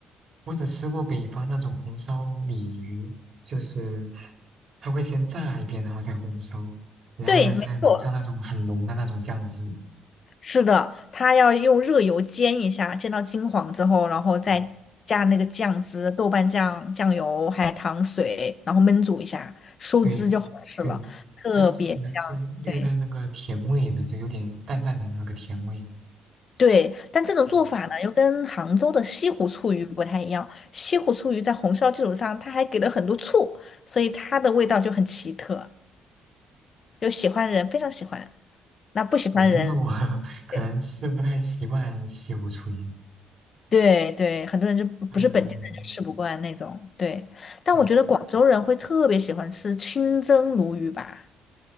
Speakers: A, on the right (about 55°); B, on the left (about 45°).
A: 我只吃过北方那种红烧鲤鱼，就是它会先炸一遍，然后再红烧，然后呢再淋上那种很浓的那种酱汁。
B: 对，没错。是的，它要用热油煎一下，煎到金黄之后，然后再加那个酱汁、
A: 对，
B: 豆瓣酱、酱油、还有糖水，然后焖煮一下，收汁就好吃了，
A: 对，对，
B: 特别香。
A: 它吃起来是略带那个甜味的，
B: 对
A: 就有点淡淡的那个甜味。
B: 对，但这种做法呢，
A: 嗯，
B: 又跟杭州的西湖醋鱼不太一样。西湖醋鱼在红烧基础上，它还给了很多醋，所以它的味道就很奇特，有喜欢的人非常喜欢，那不喜欢的人。
A: 我觉得我 <laughs> 可能吃不太习惯西湖醋鱼。
B: 对对对，很多人就不是本地人就吃不惯那种。
A: 嗯，
B: 对，但我觉得广州人会特别喜欢吃清蒸鲈鱼吧。
A: 对